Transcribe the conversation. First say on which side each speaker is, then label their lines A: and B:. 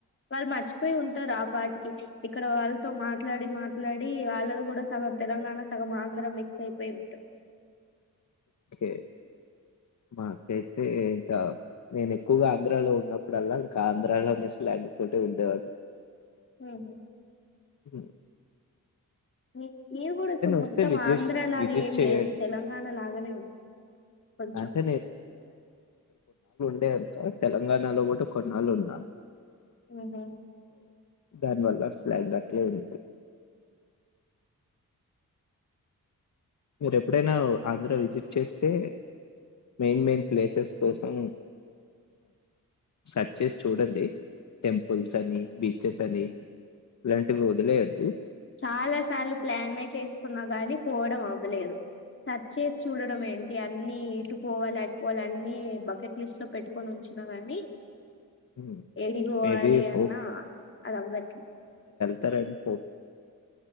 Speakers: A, on the left; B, on the left.
A: వాళ్ళు మర్చిపోయి ఉంటారు ఆ పాటికి ఇక్కడ వాళ్ళతో మాట్లాడి మాట్లాడి వాళ్ళది కూడా సగం తెలంగాణ సగం ఆంధ్ర మిక్స్ అయిపోయి ఉంటంది
B: ే మాకైతే ఇంకా నేను ఎక్కువగా ఆంధ్రాలో ఉన్నప్పుడల్లా ఇంకా ఆంధ్రాలోనే స్లాంగ్ తోటే ఉండేవాడు
A: ఊహు
B: ఉ
A: మీ మీది గూడా ఇప్పుడు మొత్తం
B: వస్తే విజిట్
A: ఆంధ్ర లాగా
B: విజిట్
A: ఏం
B: చేయండి
A: లేదు తెలంగాణ లాగానే ఉంది కొంచెం
B: అంటే అదే అంత తెలంగాణలో కూడా కొన్నాళ్ళున్నా
A: ఆహ
B: దాని వల్ల స్లాంగ్ అట్లే ఉండిపోయి మీరు ఎప్పుడైనా ఆంధ్ర విజిట్ చేస్తే మెయిన్ మెయిన్ ప్లేసెస్ కోసం సర్చ్ చేసి చూడండి టెంపుల్స్ అని బీచెస్ అని ఇలాంటివి వదిలేయద్దు
A: చాలా సార్లు ప్లానే చేసుకున్నా గాని పోవడం అ వ్వలేదు సర్చ్ చేసి చూ చూడడం ఏంటి అన్ని ఇటు పోవాలి అటుపోవాలి అన్ని బకెట్ లిస్ట్ లో పెట్టుకొని ఉంచిన కాని
B: హ్మ్.
A: ఏడిపోవాలి
B: మేబీ
A: అన్నా
B: హోప్
A: అది అవ్వట్లే
B: తరేనిపో